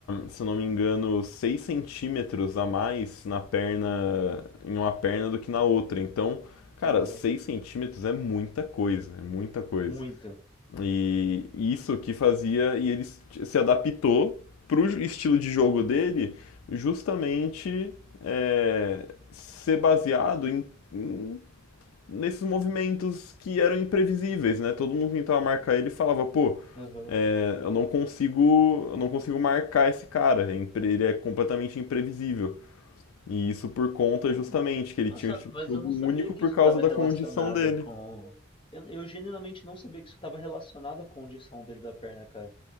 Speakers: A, on the left; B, on the left.
A: se eu não me engano, 6 centímetros a mais na perna, em uma perna do que na outra. Então, cara,
B: Aham.
A: 6 centímetros é muita coisa, é muita coisa.
B: Muita.
A: E isso que fazia, e ele se adaptou para o estilo de jogo dele, justamente é, ser baseado em, em- nesses movimentos que eram imprevisíveis, né? Todo mundo tentava marcar ele e falava, pô,
B: Aham.
A: é, eu não consigo, eu não consigo marcar esse cara, é impre- ele é completamente imprevisível. E isso por conta
B: Caramba.
A: justamente que ele
B: Nossa,
A: tinha um estilo
B: mas
A: de jogo
B: eu não sabia
A: único
B: que
A: por
B: isso
A: causa
B: estava
A: da
B: relacionado
A: condição dele.
B: com. Eu, eu genuinamente não sabia que isso estava relacionado à condição dele da perna, cara.